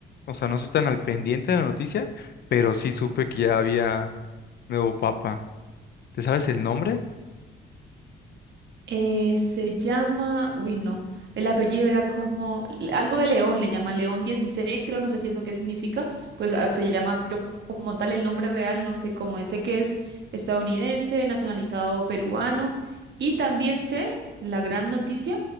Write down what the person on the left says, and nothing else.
o sea, no estoy tan al pendiente de la noticia, pero sí supe que ya había nuevo papa. ¿Te sabes el nombre?